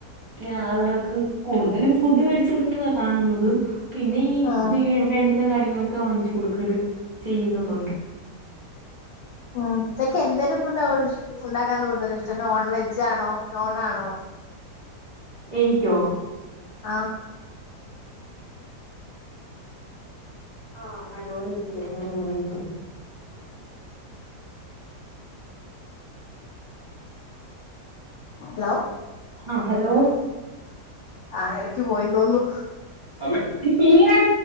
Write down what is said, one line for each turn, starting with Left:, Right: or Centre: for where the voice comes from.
Right: ഇങ്ങനെ ആളുകൾക്ക്. കൂടുതലും ഫുഡ് വേടിച്ച് കൊടുക്കുന്നതാ കാണുന്നത് പിന്നെ ഈ
Left: ആഹ്
Right: വി വേണ്ടുന്ന കാര്യങ്ങളൊക്കെ വാങ്ങിച്ചു കൊടുക്കലും ചെയ്യുന്നതുണ്ട്.
Left: ഹ്മ് ഇതൊക്കെ എന്തരു ഫുഡാ ഓ ഉണ്ടാക്കാനാണ് കൂടുതലിഷ്ട്ടം നോൺ വെജാണോ നോണാണോ?
Right: എനിക്കോ?
Left: ആഹ്.
Right: ആഹ് ഹലോ നിക്കി ഞാ ഒന്ന് വെയിറ്റയ്യ്.
Left: ലോ.
Right: ആഹ് ഹലോ.
Left: ആഹ് എടക്ക് പോയി തോന്ന്ന്നു.
Right: അമ്മെ ഈ പീന